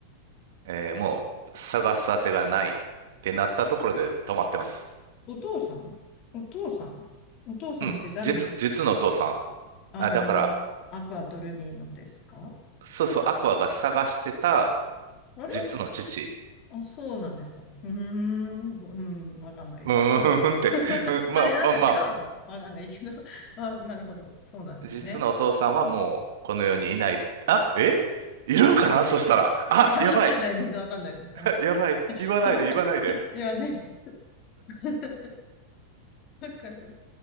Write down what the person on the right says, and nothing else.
えーもう探す当てがないってなったところで止まってます。
うん、実、実のお父さん。
あ、だから、そうそう、アクアが探してた
実の父。
うーんって。
うんまあまあまあ、
実のお父さんはもうこの世にいない。あ、えいるんかなそしたら。あ、
やばい。
<laughs>
やばい。
言わないで、
言わないで。